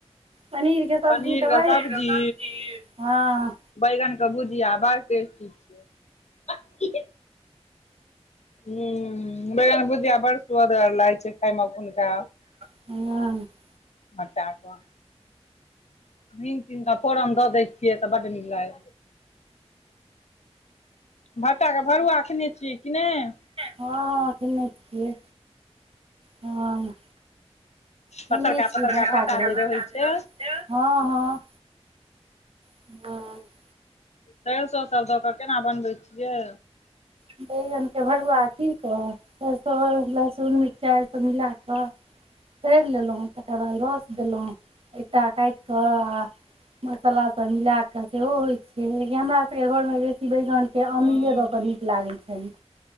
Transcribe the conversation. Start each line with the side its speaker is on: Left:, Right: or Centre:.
Right: पनीरके सब्जी
Left: पनीर
Right: तऽ वैहये
Left: सब्जी
Right: पनीर के सब्जी हंऽ
Left: बैगन के भुजिया बड़ टेस्टी छिय। हुंउ बैगन भुजिया बड़ सु्वदगर लगय छै खाय मे ऐखुनका।
Right: <unintelligible>
Left: हटे कऽ, हिंग तिंग के फोरन दऽ दै छिय तऽ बड नीक लागै भट्टा के भरुआ खेने छिय कि नहि।
Right: हँ -हँ खेने छिय हँ खेने
Left: पतरका
Right: छिय
Left: पतरका
Right: भटटा
Left: भट्टा
Right: के भरूआ
Left: जे रहै
Right: रहय
Left: छै
Right: छय हँ -हँ हंऽ
Left: सरिसों सब दऽ कऽ केना बनबै छिय।
Right: बैगनके भरुआ की कहऽ सरसो लसुन मिरचाई सब मिलाक तरि लेलहुँ, तकर बाद रस देलहुँ एकटा काटि कऽ आ मसाला सब मिला क सेहो होय छै। हमरा सबके घरमे बेसी बैगनके
Left: हँ
Right: अमीले दऽ कऽ नीक लागय छनि।